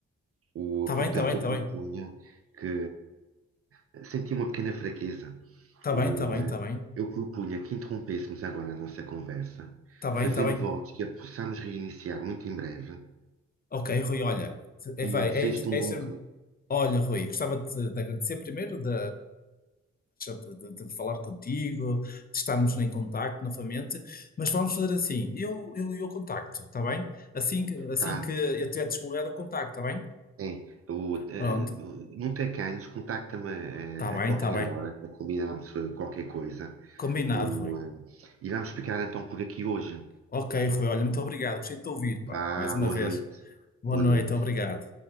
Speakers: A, on the right; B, on the left.
A: O,
B: Está bem,
A: portanto,
B: está bem, está
A: eu propunha
B: bem.
A: que eh, senti uma pequena fraqueza.
B: Está
A: O,
B: bem, está bem,
A: eh,
B: está bem.
A: eu propunha que interrompêssemos agora a nossa conversa,
B: Está bem,
A: fazendo
B: está bem.
A: votos que a possamos reiniciar muito em breve
B: Ok, Rui, olha, é,
A: e
B: vai,
A: desejo-te
B: é, isso-
A: um
B: é
A: bom.
B: isso Olha, Rui, gostava de, te- de agradecer primeiro de, de, de- de falar contigo, de estarmos em contacto novamente, mas vamos fazer assim, eu, eu, eu contacto, está bem? Assim, que- assim
A: Tá,
B: que eu tiver disponibilidade, eu contacto, está bem?
A: Sim, o, eh,
B: Pronto,
A: no- não tem ganhos, contacta-me eh,
B: está bem,
A: a qualquer
B: está bem.
A: hora para combinarmos eh, qualquer coisa.
B: Combinado,
A: O,
B: Rui.
A: eh, e vamos ficar então por aqui hoje.
B: Ok, Rui, olha, muito obrigado, gostei de te ouvir,
A: Vá,
B: pá, mais uma
A: boa
B: vez.
A: noite.
B: Boa
A: Boa
B: noite,
A: noite.
B: obrigado.